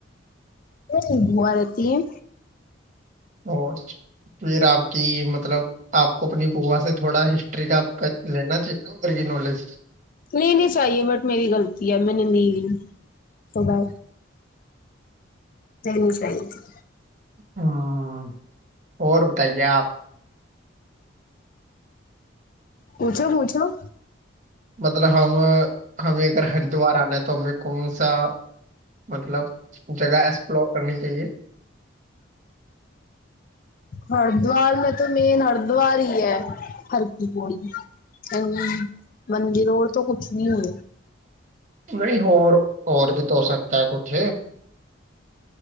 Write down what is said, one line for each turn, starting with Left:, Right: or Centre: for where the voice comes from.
Left: ਮੇਰੀ ਬੂਆ ਰਹਿਤੀ ਹੈ।
Right: ਹੋ ਫਿਰ ਆਪ ਕੀ ਮਤਲਬ ਆਪਕ ਆਪਣੀ ਭੂਆ ਥੋੜਾ ਹਿਸਟਰੀ ਕ ਲੈਣਾ ਚਾਹੀਦਾ ਉਧਰ ਕੀ ਨੌਲੇਜ
Left: ਨਹੀਂ ਨਹੀਂ ਚਾਹੀਏ ਬਟ ਮੇਰੀ ਗ਼ਲਤੀ ਹੈ ਮੈਂ ਲਈ ਬਾ ਜੈ ਨਸ਼ਾਹੀ ਜੀ
Right: ਹਮ ਹੋਰ ਬਤਾਈਏ ਆਪ
Left: ਪੁੱਛੋ ਪੁੂਛੋ
Right: ਮਤਲਬ ਹਮ ਹਮੇ ਅਗਰ ਹਰਿਦੁਵਾਰ ਆਉਣਾ ਹੈ ਤਾਂ ਹੇ ਕੌਣ ਸਾ ਮਤਲਬ ਜਗ੍ਹਾ ਐਕਸਪਲੋਰ ਕਰਨੀ ਚਾਹੀਏ
Left: ਹਰਿਦੁਵਰ ਮੈਂ ਤਾਂ ਮੇਨ ਹਰਿਦੁਵਰ ਹੀ ਹੈ ਹਲਕੀ ਪੜ ਮੰਦਿਰ ਰ ਤੋਂ ਕੁੱਛ ਨੀ ਹੈ
Right: ਨਹੀਂ ਹੋਰ ਹੋਰ ਵੀ ਤ ਹੋ ਸਕਦਾ ਕੁੱਛ